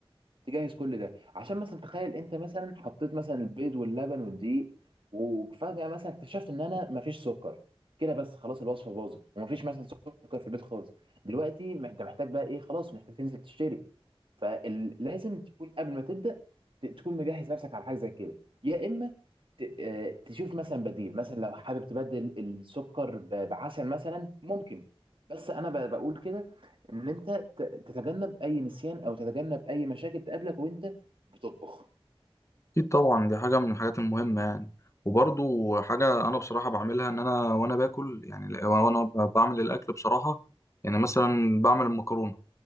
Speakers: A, on the right; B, on the left.
A: تجهز كل ده عشان مثلا تخيل انت مثلا حطيت مثلا البيض واللبن والدقيق وفجأة مثلا اكتشفت ان انا مفيش سكر كده بس خلاص الوصفة باظت ومفيش مثلا سكر في البيت خالص دلوقتي ما انت محتاج بقى ايه خلاص محتاج تنزل تشتري فلازم تكون قبل ما تبدأ ت- تكون مجهز نفسك على حاجة زي كده يا اما ت- آه، تشوف مثلا بديل مثلا لو حابب تبدل السكر ب- بعسل مثلا ممكن بس انا ب- بقول كده ان انت ت- تتجنب اي نسيان او تتجنب اي مشاكل تقابلك وانت بتطبخ
B: أكيد طبعا دي حاجة من الحاجات المهمة يعني وبرضو حاجة أنا بصراحة بعملها إن أنا وأنا باكل يعني ل- وأنا ب- بعمل الأكل بصراحة يعني مثلا بعمل المكرونة